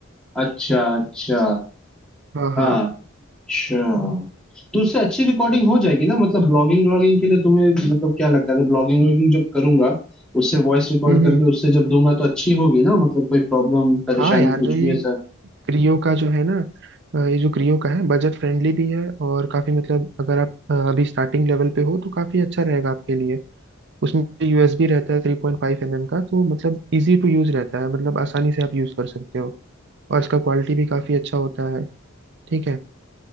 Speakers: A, in the centre; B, on the right.
A: अच्छा अच्छा
B: हाँ हाँ
A: हाँ अच्छा तो उससे अच्छी रिकॉर्डिंग हो जाएगी ना मतलब ब्लॉगिंग व्लॉगिंग के लिए तुम्हें मतलब क्या लगता है तो ब्लॉगिंग व्लॉगिंग जब करूंगा उससे वॉइस रिकॉर्ड
B: हम्म
A: करके
B: हम्म
A: उससे जब दूंगा तो अच्छी होगी ना मतलब कोई प्रॉब्लम परेशानी
B: हाँ यार
A: कुछ
B: जो ये
A: भी ऐसा
B: क्रियो का जो है ना अ, ये जो क्रियो का है बजट फ्रेंडली भी है और काफी मतलब अगर आप अ, अभी स्टार्टिंग लेवल पे हो तो काफी अच्छा रहेगा आपके लिए उसमें यूएसबी रहता है थ्री पॉइंट फाइव एम एम का तो मतलब इजी टू यूज रहता है मतलब आसानी से आप यूज कर सकते हो और इसका क्वालिटी भी काफी अच्छा होता है ठीक है